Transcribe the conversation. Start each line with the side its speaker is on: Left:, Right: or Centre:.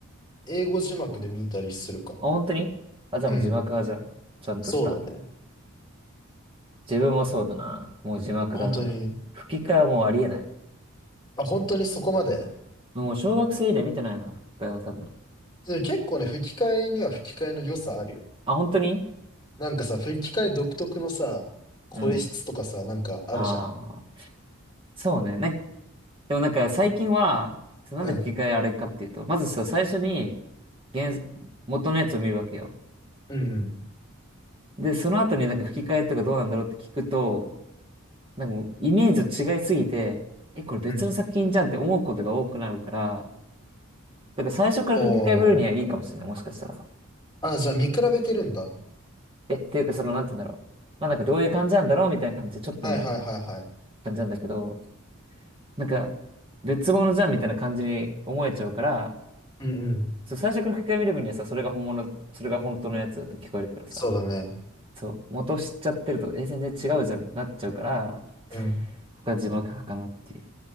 Left: 英語字幕で見たりするかな。
Right: あ本当にあ、じゃあもう字幕派じゃん。
Left: うん。
Right: ちゃんとした。
Left: そうだね。
Right: 自分もそうだな。もう字幕だな。
Left: 本当に。
Right: 吹き替えはもうありえない。
Left: あ、本当にそこまで。
Right: もう小学生以来見てないな、吹き替えは多分。
Left: でも結構ね、吹き替えには吹き替えの良さあるよ。
Right: あ、本当に
Left: なんかさ、吹き替え独特のさ、声質とかさ、
Right: うん。
Left: なんかあるじゃん。
Right: ああ、そうね。な、でもなんか最近は、なんで吹き替えあれかっていうと、
Left: うん。
Right: まずさ、最初に原、元のやつを見るわけよ。
Left: うんうん。
Right: で、その後になんか吹き替えとかどうなんだろうって聞くと、なんかもうイメージと違いすぎて、え、これ別の作品じゃんって思うことが多くなるから、
Left: うん。
Right: だから最初から吹き替えぶるにはいいかもしれない、
Left: おー。
Right: もしかしたら。
Left: あ、じゃあ見比べてるんだ。
Right: え、っていうかその、なんて言うんだろう。まあなんかどういう感じなんだろうみたいな感じでちょっと見るみたいな
Left: はいはいはいはい。
Right: 感じなんだけど、なんか別物じゃんみたいな感じに思えちゃうから、
Left: うんうん。
Right: そう、最初から吹き替え見る分にはさ、それが本物、それが本当のやつだと聞こえるけどさ、
Left: そうだね。
Right: そう、元を知っちゃってると、え、全然違うじゃんってなっちゃうから、
Left: うん。
Right: 僕は字幕派かなっていう。